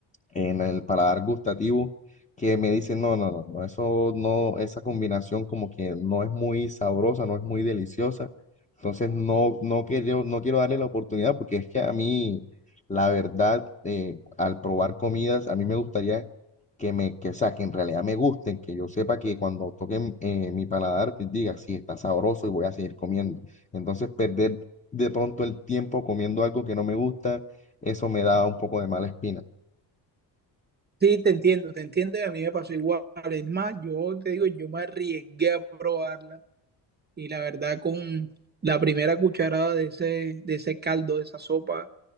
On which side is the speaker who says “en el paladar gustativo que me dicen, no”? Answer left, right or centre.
Left